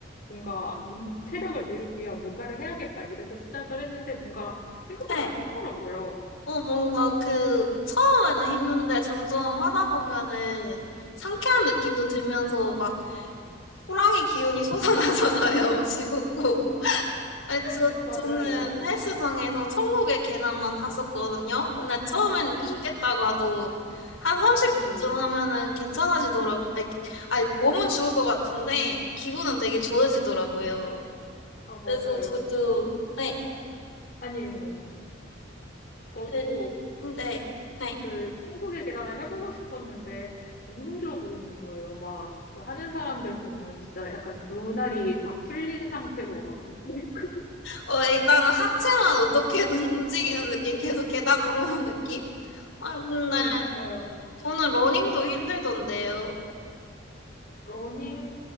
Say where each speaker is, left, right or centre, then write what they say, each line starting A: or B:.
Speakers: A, on the left; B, on the left.
A: 뭔가 운, 체력을 늘리기 위한 뭔가를 해야겠다 이래서 시작을 했는데 뭔가 생각보다
B: 네.
A: 좋더라고요.
B: 어, 뭔가 그, 처음에는 힘든데 점점 하다 보면은 상쾌한 느낌도 들면서 막 호랑이 기운이 솟아나잖아요, <laughs> 지겹고. 아니, 저,
A: <laughs> 맞아요.
B: 저는 헬스장에서 천국의 계단만 탔었거든요. 근데 처음엔
A: <gasps>
B: 죽겠다가도 한 30분쯤
A: 네.
B: 하면은 괜찮아지더라고. 아니, 아니, 몸은 죽을 것 같은데 기분은 되게 좋아지더라고요.
A: 아, 맞아요.
B: 그래서 저도
A: 저,
B: 네,
A: 아니, 아니, 아니. 저도
B: 네, 네. 네.
A: 그 천국의 계단을 해보고 싶었는데 너무 힘들어 보이는 거예요. 막 그 하는 사람들 보면 진짜 약간 눈알이 다 풀린 상태로 막 걷고 있고 <laughs>
B: 어, 일단은 하체만 어떻게든 <laughs> 움직이는 느낌, 계속 계단 오르는 느낌? 아니, 근데
A: 그러니까요.
B: 저는 러닝도 힘들던데요.
A: 러닝